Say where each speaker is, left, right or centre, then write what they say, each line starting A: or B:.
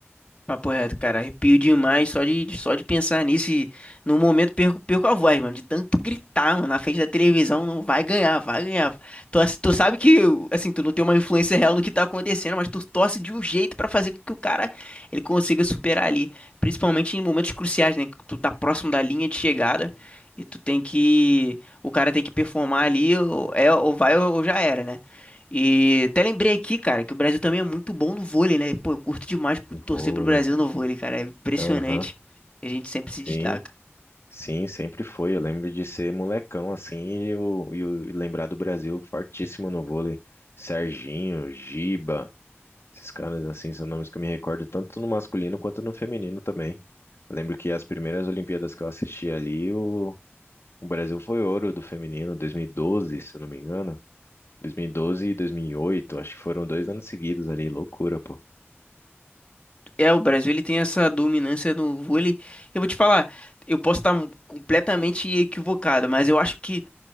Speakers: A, on the left; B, on the left.
A: Papo reto, cara, arrepio demais só de, só de pensar nisso e no momento perco, perco a voz, mano, de tanto gritar, mano, na frente da televisão, não vai ganhar, vai ganhar. Tu, ass- tu sabe que, assim, tu não tem uma influência real no que tá acontecendo, mas tu torce de um jeito pra fazer com que o cara, ele consiga superar ali, principalmente em momentos cruciais, né, que tu tá próximo da linha de chegada e tu tem que, o cara tem que performar ali, ou, é, ou vai ou já era, né? E até lembrei aqui, cara, que o Brasil também é muito bom no vôlei, né? Pô, eu curto demais
B: O
A: torcer
B: Vôlei.
A: pro Brasil no vôlei, cara. É impressionante.
B: Aham.
A: A gente sempre se destaca.
B: Sim. Sim, sempre foi. Eu lembro de ser molecão assim e, o- e o- e lembrar do Brasil fortíssimo no vôlei. Serginho, Giba, Esses caras, assim, são nomes que eu me recordo tanto no masculino quanto no feminino também. Eu lembro que as primeiras Olimpíadas que eu assisti ali, o, o Brasil foi ouro do feminino, 2012, se eu não me engano. 2012 e 2008, acho que foram dois anos seguidos ali, loucura, pô.
A: É, o Brasil ele tem essa dominância no vôlei. Eu vou te falar, eu posso estar completamente equivocado, mas eu acho que